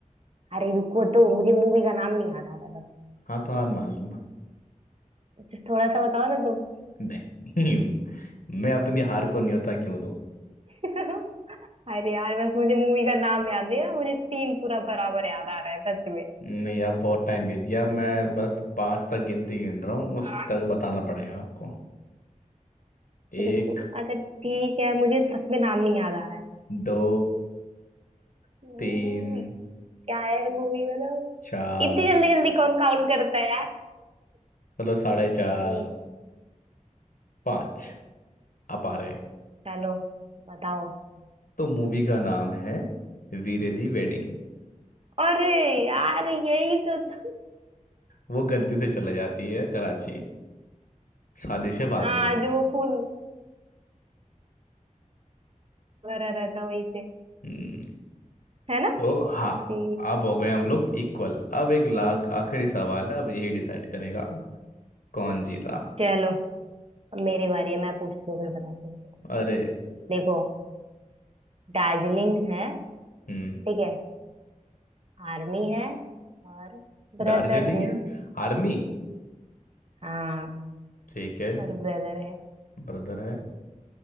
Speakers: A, on the right (about 45°); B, on the left (about 85°).
A: अरे रुको तो मुझे मूवी का नाम नहीं याद आ रहा है
B: हाँ तो हार मान लो ना
A: बस थोड़ा सा बताओ ना तुम
B: नहीं <laughs> मैं अपनी हार को न्योता क्यों दूं
A: <laughs> अरे यार बस मुझे मूवी का नाम याद नहीं आ रहा मुझे सीन पूरा बराबर याद आ रहा है सच में
B: नहीं अब बहुत टाइम बीत गया मैं बस पांच तक गिनती गिन रहा हूँ उस
A: आह,
B: तक बताना पड़ेगा आपको एक
A: रुको अच्छा ठीक है मुझे सच में नाम नहीं याद आ रहा है
B: दो
A: हम्म,
B: तीन
A: क्या है मूवी मतलब
B: चार
A: इतनी जल्दी जल्दी कौन काउंट करता है यार
B: मतलब साढ़े चार
A: हम्म,
B: पाँच आप आ गए
A: चलो बताओ
B: तो मूवी का नाम है वीरे दी वेडिंग
A: अरे यार यही तो था।
B: वो गलती से चला जाती है कराची शादी से भागने
A: हाँ
B: के लिए
A: जो वो फूल वगैरह रहता वहीं पे
B: हम्म,
A: है ना
B: तो हाँ
A: अरे
B: अब हो गए हम लोग इक्वल अब एक लाख आखिरी सवाल है अब यही डिसाइड करेगा कौन जीता
A: चलो अब मेरी बारी है मैं पूछती हूँ फिर बताती हूँ
B: अरे
A: देखो दार्जिलिंग है
B: हम्म
A: ठीक है आर्मी है और ब्रदर
B: दार्जिलिंग
A: है
B: है आर्मी
A: हाँ
B: ठीक है
A: और ब्रदर है
B: ब्रदर है